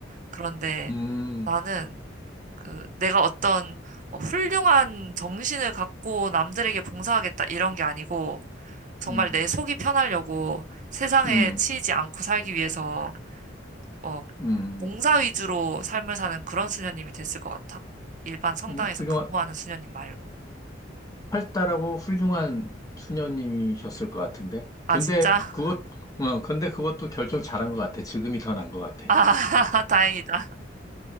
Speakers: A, on the right; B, on the left.
A: 그런데
B: 음,
A: 나는 그 내가 어떤 뭐 훌륭한 정신을 갖고 남들에게 봉사하겠다 이런 게 아니고 정말
B: 음,
A: 내 속이 편하려고 세상에
B: 음,
A: 치이지 않고 살기 위해서 어
B: 음.
A: 봉사 위주로 삶을 사는 그런 수녀님이 됐을 것 같아. 일반 성당에서
B: 어, 훌륭한.
A: 근무하는 수녀님 말고.
B: 활달하고 훌륭한 수녀님이셨을 것 같은데.
A: 아
B: 근데
A: 진짜?
B: 그것, 어, 근데 그것도 결정 잘한 것 같아. 지금이 더 나은 것 같아.
A: <laughs> 아 <laughs> 다행이다.